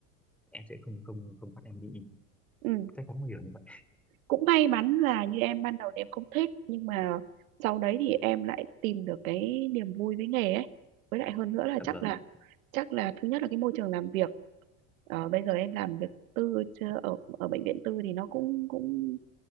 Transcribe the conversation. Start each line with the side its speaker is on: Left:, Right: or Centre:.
Centre: em sẽ không không không bắt em đi y
Right: Ừ.
Centre: chắc chắn không hiểu như vậy
Right: cũng may mắn là như em ban đầu thì em không thích nhưng mà sau đấy thì em lại tìm được cái niềm vui với nghề ấy với lại hơn nữa là
Centre: dạ
Right: chắc
Centre: vâng
Right: là chắc là thứ nhất là cái môi trường làm việc Ờ, bây giờ em làm việc tư chưa- ở ở bệnh viện tư thì nó cũng cũng